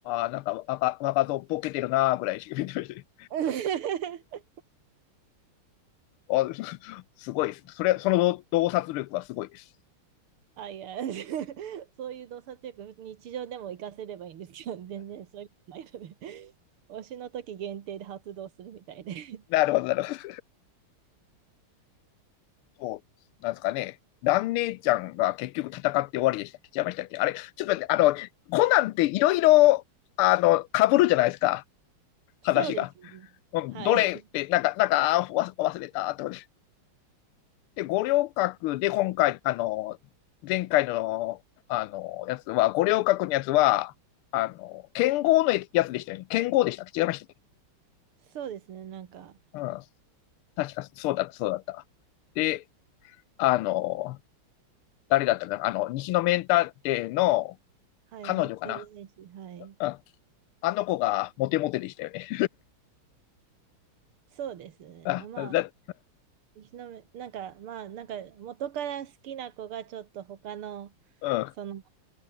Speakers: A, on the left (about 90°); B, on the right (about 85°).
A: あ、なんか若、若造ボケてるな、ぐらいしか <laughs> 見てましたね。
B: <laughs>
A: あ <laughs> すごいです。それ、その洞察力はすごいです。
B: あ、いや、<laughs> そういう洞察力、日常でも活かせればいいんですけど、<laughs> 全然そういうのないので、<laughs> 推しの時限定で発動するみたいで。
A: なるほど、なるほど。そうなんですかね。蘭姉ちゃんが結局戦って終わりでした。違いましたっけあれ、ちょっと待って、あの、コナンっていろいろ、あの、被るじゃないですか、
B: <laughs> そうですね。
A: 話が。
B: はい。
A: どれって、なんか、なんか、忘れた、とで、五稜郭で今回、あの、前回の、あの、やつは、五稜郭のやつは、あの、剣豪のやつでしたよね。剣豪でしたっけ違いましたっけ
B: <laughs> そうですね。なんか、
A: うん。確かそうだった、そうだった。で、あの、誰だったかなあの、西のメンターの
B: はい、
A: 彼女かな
B: 服部選手、はい。
A: うん。あの子がモテモテでしたよね。
B: そうですね。
A: <laughs> あ、
B: あ、まあ、
A: だ、
B: 石の宮なんか、まあ、なんか、元から好きな子がちょっと他の、
A: うん、
B: その、